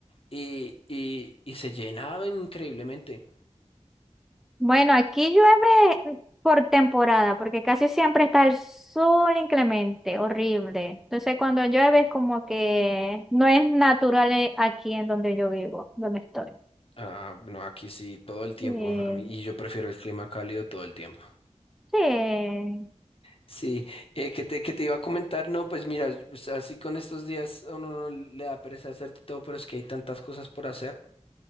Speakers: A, on the left; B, in the centre.
A: y, y, y se llenaba increíblemente.
B: Bueno, aquí llueve por temporada, porque casi siempre está el sol inclemente, horrible. Entonces, cuando llueve es como que no es natural eh, aquí en donde yo vivo, donde estoy.
A: Ah, no, aquí sí, todo el tiempo.
B: Eh,
A: A mí, y yo prefiero el clima cálido todo el tiempo.
B: sí,
A: Sí, eh, que te, que te iba a comentar, no, pues mira, pues, así con estos días a uno no le da pereza hacer de todo, pero es que hay tantas cosas por hacer.